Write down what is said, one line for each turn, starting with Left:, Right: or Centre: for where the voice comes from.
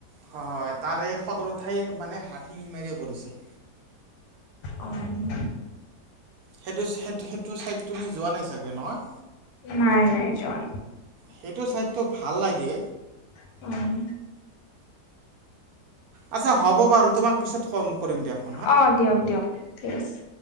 Right: হয় হয় তাৰে সদৰ ঠাই মানে হাতি মেৰি কৰিছে।
Left: অ',
Right: সেইটো চেদ, সেইটো চাইট তুমি যোৱা নাই নহয়?
Left: নাই নাই যোৱা।
Right: সেইটো চাইটো ভাল লাগে।
Left: নাই
Right: আচ্ছা হ'ব বাৰু তোমাক পিছত ফোন কৰিম দিয়ক।
Left: অ' দিয়ক দিয়ক ঠিক আছে।